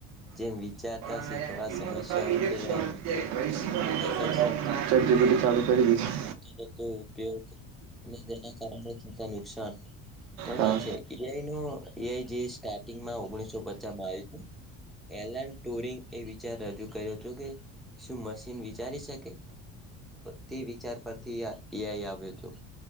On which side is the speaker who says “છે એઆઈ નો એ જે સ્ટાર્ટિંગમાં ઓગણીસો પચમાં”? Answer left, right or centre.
Centre